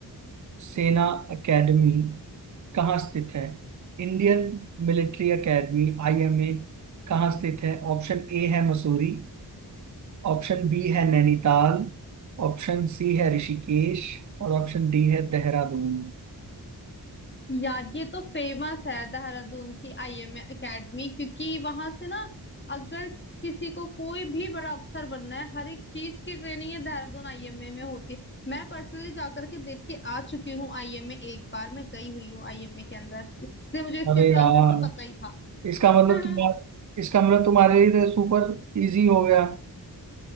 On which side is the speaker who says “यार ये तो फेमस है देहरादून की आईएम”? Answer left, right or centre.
Left